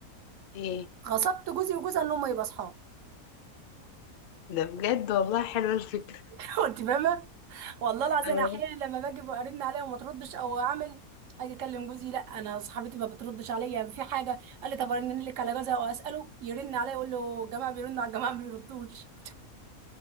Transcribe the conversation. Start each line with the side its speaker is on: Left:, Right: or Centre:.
Left: ايه
Right: غصبت جوزي وجوزها ان هم يبقى اصحاب
Left: ده بجد والله حلوة الفكرة
Right: <laughs> كنت فاهمة والله العظيم
Left: اه
Right: احيانا لما باجي برن عليها وما تردش او اعمل اجي اكلم جوزي لا انا صاحبتي ما بتردش عليا في حاجه قال لي طب ارن لك على جوزها واساله يرن عليا يقول له الجماعه بيرنوا على الجماعه ما بيردوش